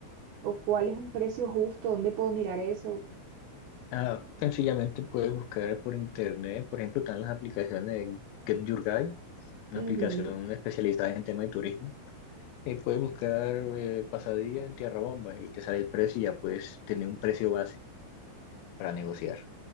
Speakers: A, on the right (about 75°); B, on the left (about 85°).
A: o cuál es un precio justo? ¿Dónde puedo mirar eso?
B: Ah, sencillamente puedes buscar por internet, por ejemplo, están las aplicaciones de Get Your Guide, una
A: Ujú.
B: aplicación especializada en tema de turismo. Y puedes buscar eh, pasadilla en Tierra Bomba y te sale el precio y ya puedes tener un precio base para negociar.